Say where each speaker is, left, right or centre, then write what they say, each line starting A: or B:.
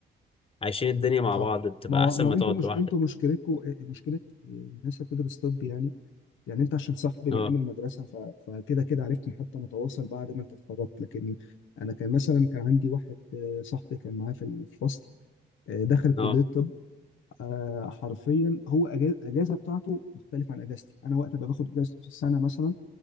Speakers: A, on the left; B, on the left.
A: فعايشين الدنيا مع
B: صح
A: بعض بتبقى
B: ما هو
A: أحسن
B: ما
A: ما
B: هو انتوا
A: تقعد
B: مش
A: لوحدك
B: انتوا مشكلتكم مشكله آه، الناس اللي بتدرس طب يعني يعني انت عشان صاحبي من
A: أه
B: ايام المدرسه ف... فكده كده عرفتني حتى متواصل بعد ما انت اتخرجت لكن انا كان مثلا كان عندي واحد آه، صاحبي كان معايا في الفصل آه، دخل كليه
A: أه
B: طب آه، حرفيا هو أجا- اجازه بتاعته مختلفه عن اجازتي انا وقت ما باخد اجازه نص السنه مثلا